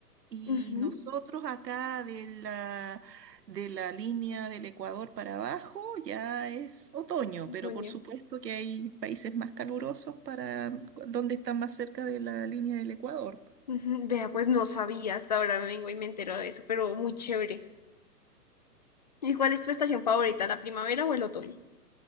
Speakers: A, on the right; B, on the left.
A: Y
B: ujú,
A: nosotros acá de la, de la línea del Ecuador para abajo ya es otoño, pero
B: otoño.
A: por supuesto que hay países más calurosos para donde están más cerca de la línea del Ecuador.
B: Ujú, Vea, pues no sabía, hasta ahora vengo y me entero de eso, pero muy chévere. ¿Y cuál es tu estación favorita, la primavera o el otoño?